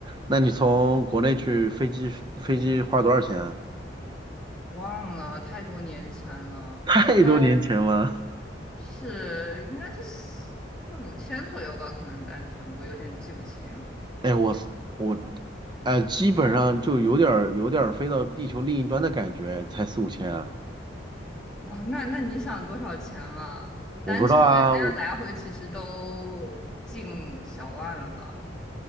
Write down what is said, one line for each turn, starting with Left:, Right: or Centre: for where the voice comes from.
Right: 那你从国内去飞机飞机花多少钱啊？
Centre: 忘了太多年前了，
Right: 太多年前了。
Centre: 应该是应该是四五千左右吧，可能单程，我有点记不清了。
Right: 哎，我我哎，基本上就有点儿有点儿飞到地球另一端的感觉，才四五千啊。
Centre: 哇，那那你想多少钱嘛？单程哎，
Right: 我不知道啊，
Centre: 那样来回其实都近小万了吧？
Right: 我